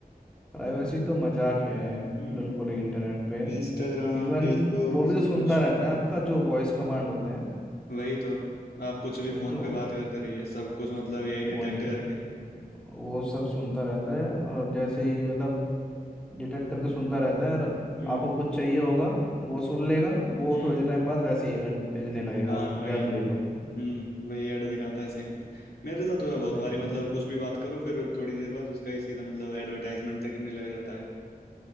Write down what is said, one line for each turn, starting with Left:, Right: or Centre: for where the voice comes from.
Centre: प्राइवेसी तो मजाक है
Left: हम्म
Centre: बिल्कुल ही इंटरनेट पे
Left: इंस्टाग्राम
Centre: इवन
Left: फेसबुक
Centre: वो भी तो
Left: सब
Centre: सुनता
Left: कुछ
Centre: रहता है आपका जो वॉइस कमांड होते हैं
Left: वही तो आप कुछ भी
Centre: वही
Left: फोन
Centre: तो
Left: पे बात करते रहिए सब कुछ मतलब एआई
Centre: वही
Left: डिटेक्ट करके
Centre: वो सब सुनता रहता है और जैसे ही मतलब डिटेक्ट करके सुनता रहता है और
Left: हम्म
Centre: आपको कुछ चाहिए होगा वो सुन लेगा वो
Left: हम्म
Centre: थोड़ी देर टाइम बाद वैसे ही ad भेजने लगेगा
Left: हाँ
Centre: आपको
Left: वही
Centre: कि आप ले लो
Left: हम्म वही ऐड दिखाता है सेम मेरे साथ हुआ बहुत
Centre: Exactly
Left: बारी मतलब
Centre: exactly.
Left: कुछ भी बात करो फिर थोड़ी देर बाद उसका ही सीधा मतलब एडवर्टाइजमेंट दिखने लग जाता है